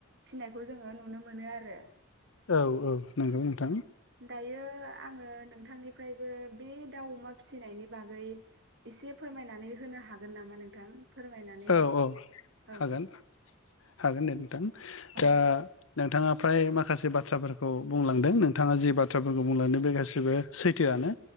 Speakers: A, on the right; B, on the left.
A: फिनायखौ जोङो नुनो मोनो आरो।
B: औ औ नंगौ नोंथां।
A: दायो आङो नोंथांनिफ्रायबो बे दाउ अमा फिसिनायनिफ बागै एसे फोरमायनानै होनो हागोन नामा नोंथां? फोरमायनानै
B: औ औ
A: औ
B: हागोन हागोन दे नोंथां।
A: औ
B: दा
A: दे
B: नोंथाङा फ्राय माखासे बाथ्राफोरखौ बुंलांदों नोंथाङा जि बाथ्राफोरखौ बुंलांदों बे गासिबो सैथोआनो।